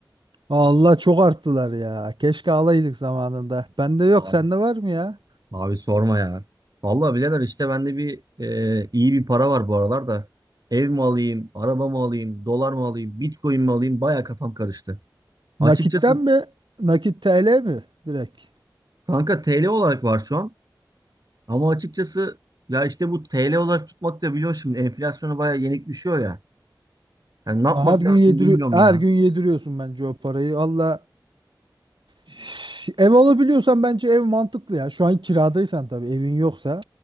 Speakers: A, on the right (about 80°); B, on the right (about 55°).
A: Allah çok arttılar ya. Keşke alaydık zamanında. Bende yok
B: Abi,
A: sende var mı ya?
B: abi sorma ya. Vallahi birader işte bende bir e, iyi bir para var bu aralar da. Ev mi alayım, araba mı alayım, dolar mı alayım, Bitcoin mi alayım? Baya kafam karıştı.
A: Nakitten
B: Açıkçası
A: mi? Nakit TL mi? Direkt.
B: kanka TL olarak var şu an. Ama açıkçası ya işte bu TL olarak tutmak da biliyorsun şimdi enflasyona baya yenik düşüyor ya. Yani ne yapmak
A: Ha, Her gün
B: lazım
A: yediriyor,
B: bilmiyorum
A: her
B: ya.
A: gün yediriyorsun bence o parayı. Allah üf, ev alabiliyorsan bence ev mantıklı ya. Şu an kiradaysan tabii evin yoksa.